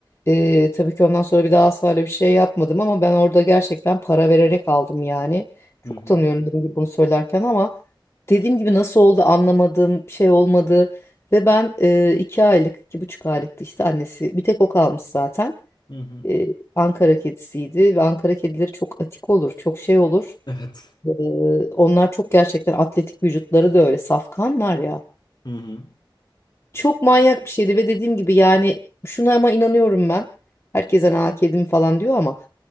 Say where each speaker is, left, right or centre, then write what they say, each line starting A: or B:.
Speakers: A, on the left; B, on the left.
A: Ee, tabii ki ondan sonra bir daha asla öyle bir şey yapmadım ama ben orada gerçekten para vererek aldım yani. Çok
B: Hı hı.
A: utanıyorum dediğim gibi bunu söylerken ama dediğim gibi nasıl oldu anlamadım şey olmadı. Ve ben e, iki aylık iki buçuk aylıktı işte annesi bir tek o kalmış zaten.
B: Hı hı.
A: Ee, Ankara kedisiydi ve Ankara kedileri çok atik olur çok şey olur.
B: Evet.
A: Ee, onlar çok gerçekten atletik vücutları da öyle safkanlar ya.
B: Hı hı.
A: Çok manyak bir şeydi ve dediğim gibi yani şuna ama inanıyorum ben. Herkese aa kedim falan diyor ama